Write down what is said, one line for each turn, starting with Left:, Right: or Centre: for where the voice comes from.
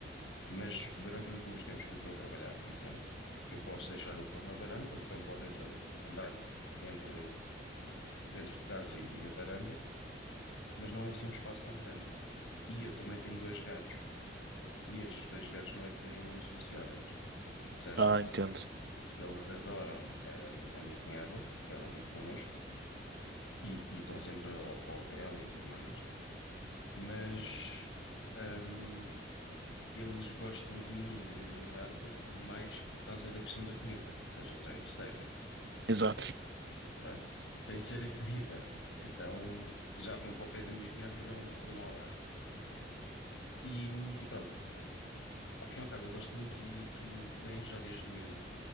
Left: Mas durante os tempos que eu estou a trabalhar, por exemplo, eu posso deixar o cão na varanda, o cão pode entrar- andar entre, dentro de casa e, e a varanda, mas não é assim um espaço tão grande. E eu também tenho dois gatos, e estes dois gatos não é que sejam muito sociáveis. Ou seja,
Right: Ah, entendo.
Left: eles adoram, hum, a minha cunhada, que ela vive connosco e e estão sempre ao colo dela e tudo mais, mas hum, eles gostam de mim e da minha namorada mais por causa da questão da comida, ou seja, são interesseiros,
Right: Exato.
Left: pronto, sem ser a comida. Então já vão para o pé da minha cunhada e não, e não ao lado. E, e pronto, ao fim e ao cabo, eu gosto muito de, de cães já desde miúdo.